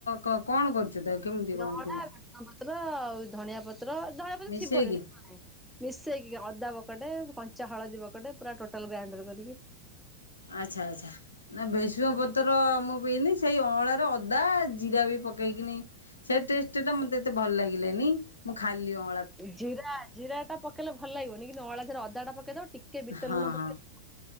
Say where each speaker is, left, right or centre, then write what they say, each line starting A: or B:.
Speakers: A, on the left; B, in the centre.
A: କଣ କରୁଛୁ ତାକୁ। କେମିତି
B: ଯୋଉ
A: କଣ
B: ଅଁଳା,
A: ପିଉଛୁ?
B: ଭୃଷଙ୍ଗପତ୍ର ଆଉ ଧଣିଆ ପତ୍ର ଧଣିଆ ପତ୍ର
A: ମିଶେଇକି
B: ଥିବଯଦି ନହେଲେ ନାହି। ମିଶେଇକି ଅଦା ବକଟେ କଞ୍ଚା ହଳଦୀ ବକଟେ ପୁରା ଟୋଟାଲ ଗ୍ରାଇଣ୍ଡର କରିକି।
A: ଆଚ୍ଛା ଆଚ୍ଛା ନା ଭେସୁଁଆ ପତ ତୋର ମୁଁ ପିଇନି ସେଇ ଅଁଳାରେ ଅଦା ଜିରା ବି ପକେଇକିନି। ସେଇ ଟେଷ୍ଟ ଟା ମତେ ଏତେ ଭଲ ଲାଗିଲାନି। ମୁଁ ଖାଲି ଅଁ
B: ଜିରା ଜିରା ଟା ପକେଇଲେ ଭଲ ଲାଗିବନି କିନ୍ତୁ ଅଁଳା ସାଙ୍ଗରେ ଅଦା ଟା ପକେଇ ଦବ ଟିକେ ବିଟ
A: ହଁ
B: ଲୁଣ
A: ହଁ
B: ପକେଇଦବ।